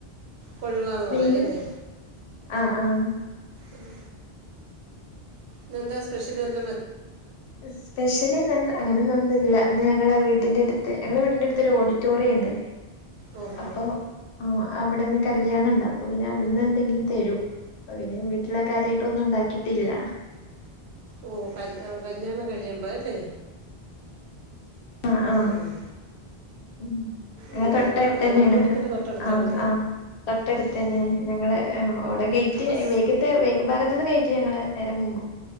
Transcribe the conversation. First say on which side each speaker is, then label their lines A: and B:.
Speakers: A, on the right (about 85°); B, on the left (about 80°).
A: കൊഴുവാന്ന് പറയല്ലേ
B: മീന് ആഹ് ആഹ്.
A: ഉം ഇന്നെന്ത സ് പെഷ്യല്ള്ളത്
B: സ്പെഷ്യല് അങ്ങനൊന്നു ഇന്നില്ല ഇന്ന് ഞങ്ങളെ വീട്ടിന്റെട്ത്ത് ഞങ്ങളെ വീടിന്റെ അടുത്തൊരു ഓഡിറ്റോറിയം ഉണ്ട്
A: ഓ ഹോ
B: അപ്പൊ
A: ഹോ
B: ആഹ് അവിടെന്ന് കല്യാണണ്ട് അപ്പൊ പിന്നെ അവിടുന്ന് എന്തെങ്കിലും തരും. അപ്പ പിന്നെ വീട്ടില കാര്യായിട്ട് ഒന്നും ഉണ്ടാക്കിട്ടില്ല.
A: ഓ ക ആ കല്യാണം കഴിയുമ്പോ അല്ലേ
B: ആഹ് ആഹ്
A: ആ
B: ഉം. ഞങ്ങളെ
A: ഓ
B: തൊട്ടട്ത്തെന്നെണ്
A: തൊട്ടടുത്ത് ഓഡിറ്റോറിയത്തിൻ്റെ തൊട്ടടുത്താ
B: ആഹ്
A: വീട്
B: ആഹ് തൊട്ടട്ത്തന്നെ ഞങ്ങള് ആഹ് അവ്ടെ ഗേറ്റ്
A: അപ്പം
B: വേക്ക്‌ ത്ത് ബാക്ക് ഭാഗത്ത്തെ ഗേറ്റ് ഞങ്ങള് നേരെ മുമ്പ്